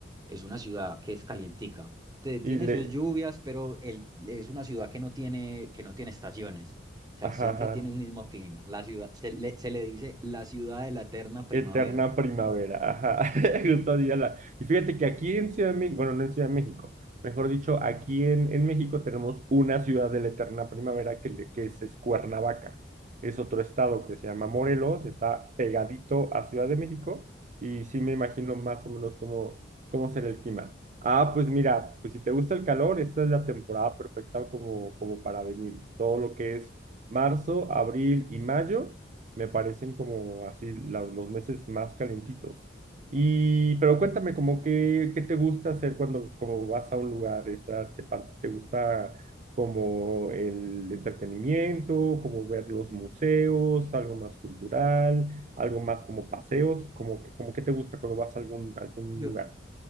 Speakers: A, on the right; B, on the right.
A: es una ciudad que es calientica. Te- Tiene
B: y le,
A: sus lluvias, pero el, es una ciudad que no tiene, que no tiene estaciones. O sea,
B: ajá,
A: siempre
B: ajá.
A: tiene el mismo clima. La ciudad, se le, se le dice la ciudad de la eterna primavera.
B: Eterna primavera, ajá, <laughs> justo así ya la- Y fíjate que aquí en Ciudad de México, bueno, no en Ciudad de México, mejor dicho, aquí en, en México tenemos una ciudad de la eterna primavera que, le- que es, es Cuernavaca. Es otro estado que se llama Morelos, está pegadito a Ciudad de México y sí me imagino más o menos cómo, cómo será el clima. Ah, pues mira, pues si te gusta el calor, esta es la temporada perfecta como, como para venir. Todo lo que es marzo, abril y mayo me parecen como así la- los meses más calentitos. Y, pero cuéntame, como qué, qué te gusta hacer cuando como vas a un lugar, Esa, te, pa- te gusta como el entretenimiento, como ver los museos, algo más cultural, algo más como paseos, como, que- como qué te gusta cuando vas a algún, algún
A: Yo,
B: lugar.